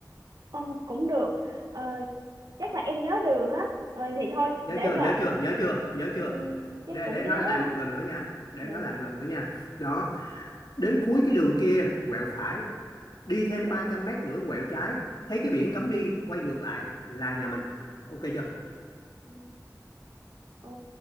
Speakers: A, on the right (about 65°); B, on the left (about 80°).
A: ờ, cũng được ờ, chắc là em nhớ đường á ờ, thì thôi
B: nhớ
A: để
B: chưa nhớ
A: giờ
B: chưa nhớ chưa nhớ chưa
A: ừ, chắc
B: để
A: cũng
B: để
A: nhớ
B: nói lại một
A: anh
B: lần nữa nha để
A: dạ
B: nói
A: dạ
B: lại một lần nữa nha đó đến cuối cái đường kia quẹo phải đi thêm
A: dạ
B: 300 mét nữa quẹo trái thấy cái biển cấm đi quay ngược lại là nhà mình ok chưa
A: Ừ. Ờ,